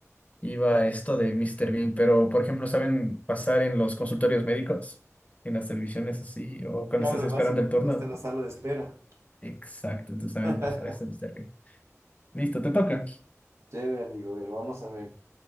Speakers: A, on the left (about 25°); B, on the right (about 60°).
A: iba esto de Mr. Bean, pero por ejemplo, ¿saben pasar en los consultorios médicos? En las televisiones así, o cuando
B: Claro,
A: estás esperando
B: básico,
A: el turno.
B: cuando uno está en la sala de espera.
A: Exacto, entonces saben
B: <laughs>
A: pasar esto, Mr. Bean. Listo, te toca.
B: Chévere, amigo, a ver, vamos a ver.